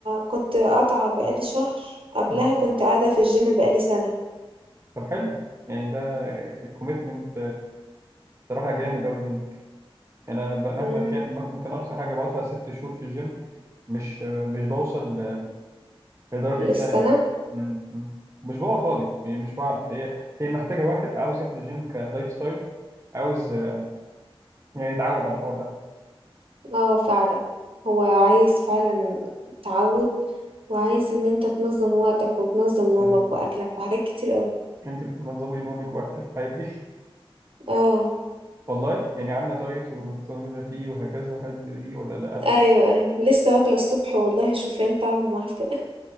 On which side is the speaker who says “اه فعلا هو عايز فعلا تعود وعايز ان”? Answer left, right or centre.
Right